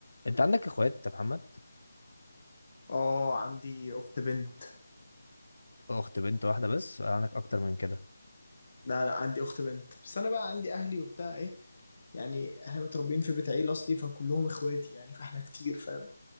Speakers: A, on the left; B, on the left.
A: انت عندك اخوات يا محمد
B: اه عندي اخت بنت
A: اخت بنت واحده بس ولا عندك اكتر من كده
B: لا لا عندي اخت بنت بس انا بقى عندي اهلي وبتاع ايه يعني احنا متربيين في بيت عيله اصلي فكلهم اخواتي يعني فاحنا كتير فاهم